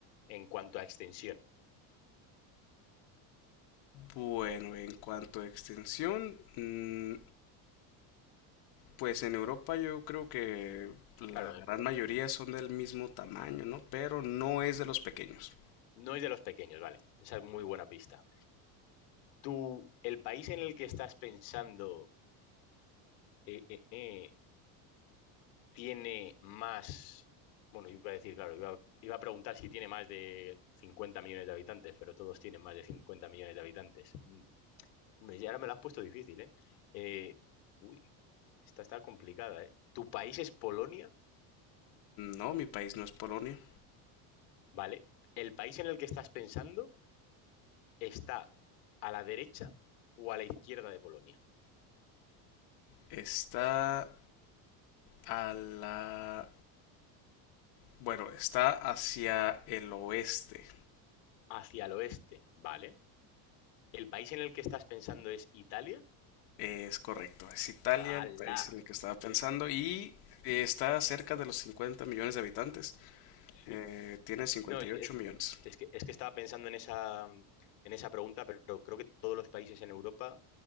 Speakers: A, on the left; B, on the left.
A: en cuanto a extensión?
B: Bueno, en cuanto a extensión, mm, pues en Europa yo creo que la
A: Claro, eh, co-
B: gran mayoría son del mismo tamaño, ¿no? Pero no es de los pequeños.
A: no es de los pequeños, vale. Esa es muy buena pista. ¿Tú, el país en el que estás pensando eh, eh, eh, tiene más... Bueno, iba a decir, claro, iba, iba a preguntar si tiene más de 50 millones de habitantes, pero todos tienen más de 50 millones de habitantes. Mm. Hombre, ya ahora me lo has puesto difícil, ¿eh? Eh, uy, esta está complicada, ¿eh? Tu país es Polonia,
B: No, mi país no es Polonia.
A: ¿vale? El país en el que estás pensando está a la derecha o a la izquierda de Polonia,
B: Está a la Bueno, está hacia el oeste.
A: hacia el oeste, ¿vale? El país en el que estás pensando es Italia.
B: Es correcto. Es Italia,
A: ¡Hala!
B: el país en el que estaba pensando,
A: Eh,
B: y eh, está cerca de los 50 millones de habitantes.
A: sí.
B: Eh, tiene 58
A: No, es que,
B: millones.
A: es que, es que estaba pensando en esa, en esa pregunta, pero creo que todos los países en Europa